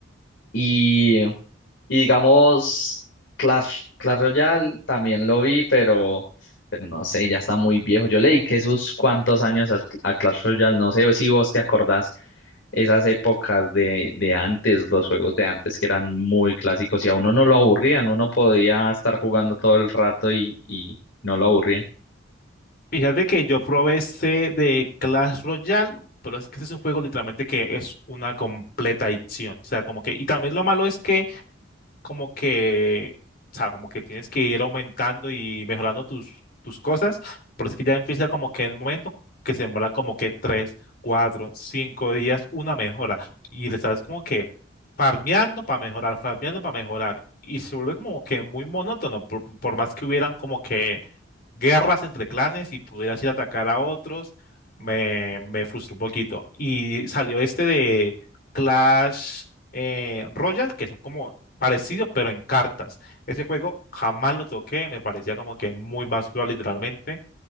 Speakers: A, on the left; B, on the left.
A: y y digamos, Clash, Clash Royale también lo vi, pero, pero no sé, ya está muy viejo. Yo leí que sus cuantos años a, a Clash Royale, no sé si vos te acordás esas épocas de, de antes, los juegos de antes que eran muy clásicos y a uno no lo aburrían, uno podía estar jugando todo el rato y, y no lo aburrían.
B: Fíjate que yo probé ese de Clash Royale, pero es que ese es un juego literalmente que es una completa adicción. O sea, como que, y también lo malo es que, como que, o sea, como que tienes que ir aumentando y mejorando tus, tus cosas, pero es que ya empieza como que en el momento que se demoran como que tres, cuatro, cinco días una mejora. Y le estás como que farmeando para mejorar, farmeando para mejorar. Y se vuelve como que muy monótono, por, por más que hubieran como que guerras entre clanes y pudieras ir a atacar a otros, me, me frustró un poquito. Y salió este de Clash eh, Royale, que son como parecido, pero en cartas. Ese juego jamás lo toqué, me parecía como que muy basura literalmente